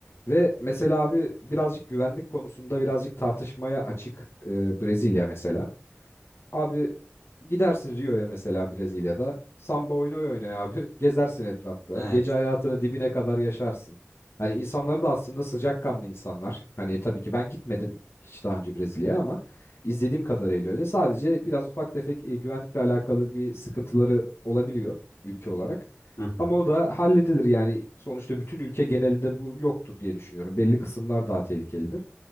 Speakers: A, on the left (about 60°); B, on the left (about 90°).
A: Ve mesela abi birazcık güvenlik konusunda birazcık tartışmaya açık e, Brezilya mesela. Abi gidersin Rio'ya mesela Brezilya'da. Samba oyunu oynaya abi. <laughs> Gezersin etrafta.
B: Evet.
A: Gece hayatını dibine kadar yaşarsın. Hani insanları da aslında sıcakkanlı insanlar. Hani tabii ki ben gitmedim hiç daha önce Brezilya'ya ama izlediğim kadarıyla öyle. Sadece biraz ufak tefek e, güvenlikle alakalı bir sıkıntıları olabiliyor ülke olarak.
B: Hı hı.
A: Ama o da halledilir yani sonuçta bütün ülke genelinde bu yoktur diye düşünüyorum. Belli kısımlar daha tehlikelidir.